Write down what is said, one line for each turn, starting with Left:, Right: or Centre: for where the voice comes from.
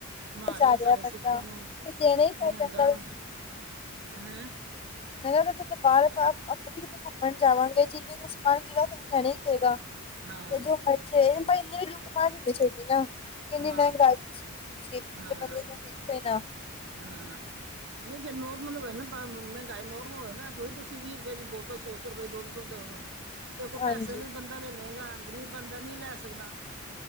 Right: ਮਾਰਿਆ
Left: ਜਾ
Right: ਸਾਡੇ
Left: ਰਿਹਾ ਬੰਦਾ
Right: ਸਿੱਖਾਂ
Left: ਫਿਰ
Right: ਨੂੰ
Left: ਦੇਣਾ ਹੀ ਪੈ
Right: ਨਿਹੰਗਾਂ
Left: ਜਾਂਦਾ
Right: ਨੂੰ।
Left: ਵ
Right: ਐਹ!
Left: ਮੈਂ ਕਿਹਾ, ਅਗਰ ਕਿਤੇ ਬਾਹਰ ਆਪਾਂ, ਆਪਾਂ ਵੀ ਕਿਤੇ ਘੁੰਮਣ ਜਾਵਾਂਗੇ, ਜਿੰਨੇ ਦਾ ਸਮਾਨ ਮਿਲੇਗਾ, ਤੁਹਾਨੂੰ ਲੈਣਾ ਹੀ ਪਏਗਾ।
Right: ਹਾਂ
Left: ਤੇ ਜੋ ਮਰਜ਼ੀ ਹੋਏ, ਪਰ ਇੰਨੀ ਵੀ ਲੁੱਟ ਮਾਰ ਨੀਂ ਹੋਣੀ ਚਾਹੀਦੀ ਨਾ। ਕਿੰਨੀ
Right: ਹਾਂ
Left: ਮਹਿੰਗਾਈ ਤੁਸੀਂ ਵੇਚੋ, ਤੁਸੀ ਦੂਜੇ
Right: ਹਾਂ
Left: ਬੰਦੇ ਵਾਲ ਦੇਖੋ ਨਾ।
Right: ਹਾਂ
Left: <unintelligible>
Right: ਨਹੀਂ, ਜੇ ਨੋਰਮਲ ਹੋਏ ਨਾ ਭਾਂ ਮਹਿੰਗਾਈ ਨੋਰਮਲ ਹੋਏ ਨਾ। ਐ ਥੋੜੀ ਤੁਸੀਂ ਵੀ ਰੁਪੇ ਦੀ ਬੋਤਲ ਸੌ-ਸੌ ਰੁਪਏ, ਦੋ-ਦੋ ਸੌ ਰੁਪੇ ਦੇਓ, ਹਾਂ! ਜੇ ਕੋਈ
Left: ਹਾਂਜੀ
Right: ਪੈਸੇਵਾਲਾ ਬੰਦਾ ਲੈ ਲਏਗਾ, ਗ਼ਰੀਬ ਬੰਦਾ ਨਹੀਂ ਲੈ ਸਕਦਾ।